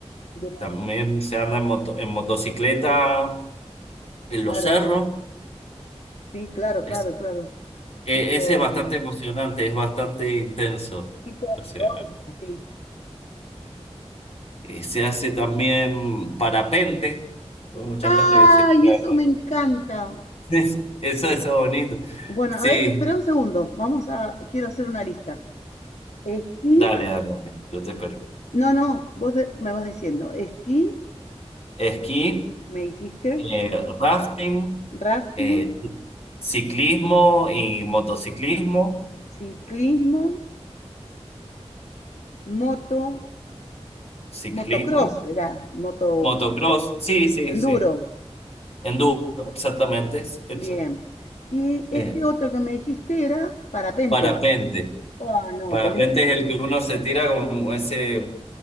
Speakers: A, on the left (about 85°); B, on the left (about 65°).
A: de monta-
B: también se anda en, moto- en motocicleta en
A: claro,
B: los cerros.
A: sí, claro,
B: Es-
A: claro, claro.
B: eh,
A: Tipo,
B: ese es bastante
A: mm,
B: emocionante, es bastante intenso.
A: tipo off-road,
B: O sea,
A: así.
B: eh, se hace también parapente. Hay mucha
A: ¡Ay,
B: gente que se... <laughs>
A: eso me encanta!
B: Eso, eso es bonito.
A: Bueno,
B: Sí,
A: a ver, espera un segundo. Vamos a, quiero hacer una lista. Esquí,
B: Dale, dale, dale. Yo te espero.
A: no, no, vos de- me vas diciendo. Esquí,
B: Esquí,
A: me dijiste,
B: eh, rafting,
A: rafting,
B: eh, ciclismo y motociclismo,
A: ciclismo, moto,
B: ciclismo,
A: motocross, era moto
B: motocross, sí, sí,
A: enduro.
B: sí. Enduro, exactamente. es- es-
A: Bien. Y este
B: eh,
A: otro que me dijiste era parapente.
B: parapente.
A: Oh, no,
B: Parapente
A: con esto
B: es el que uno se tira como ese,